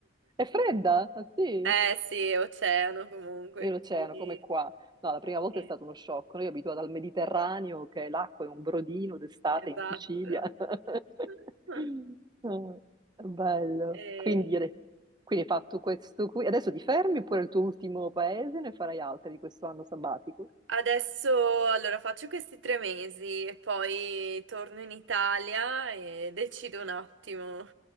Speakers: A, on the right; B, on the right.
A: È fredda, ah, sì.
B: Eh sì, è oceano comunque,
A: E l'oceano,
B: quindi
A: come qua. No, la prima volta
B: sì,
A: è stato uno shock. Noi abituati al Mediterraneo, che l'acqua è un brodino d'estate
B: esatto.
A: in Sicilia. <laughs>
B: <laughs>
A: Ah, Bello.
B: E,
A: Quindi, ade- quindi hai fatto questo qui. Adesso ti fermi pure il tuo ultimo paese, ne farai altri di questo anno sabbatico.
B: Adesso allora faccio questi tre mesi e poi torno in Italia e decido un attimo